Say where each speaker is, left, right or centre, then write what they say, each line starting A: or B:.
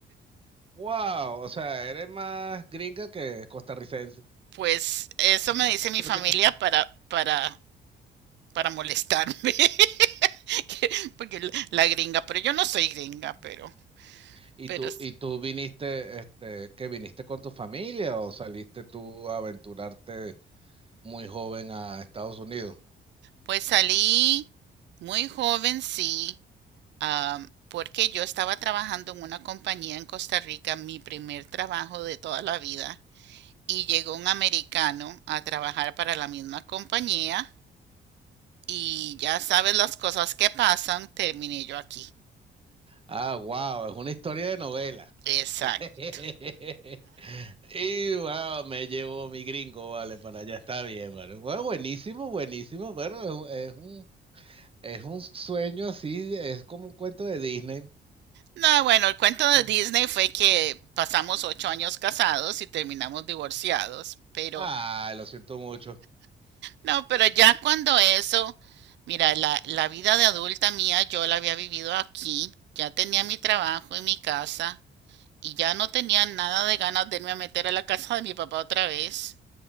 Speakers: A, on the right (about 30°); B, on the right (about 70°).
A: Wow, o sea, eres más gringa que costarricense.
B: Pues eso
A: <laughs>
B: me dice mi
A: Práctica.
B: familia para, para, para molestarme, <laughs> que- porque la, la gringa, pero yo no soy gringa, pero,
A: ¿Y
B: pero
A: tú,
B: s-
A: y tú viniste, este, que viniste con tu familia o saliste tú a aventurarte muy joven a Estados Unidos?
B: pues salí muy joven, sí, am, porque yo estaba trabajando en una compañía en Costa Rica, mi primer trabajo de toda la vida, y llegó un americano a trabajar para la misma compañía, y ya sabes las cosas que pasan, terminé yo aquí.
A: Ah, wow, es una historia de novela.
B: Exacto.
A: <laughs> Y wow, me llevo mi gringo, vale, para allá está bien, vale. Bueno, buenísimo, buenísimo, bueno, es, es un, es un sueño así, es como un cuento de Disney.
B: No, bueno, el cuento de
A: Mm.
B: Disney fue que pasamos ocho años casados y terminamos divorciados, pero
A: Ah, lo siento mucho.
B: no, pero ya cuando eso, mira, la, la vida de adulta mía yo la había vivido aquí, ya tenía mi trabajo y mi casa y ya no tenía nada de ganas de irme a meter a la casa de mi papá otra vez.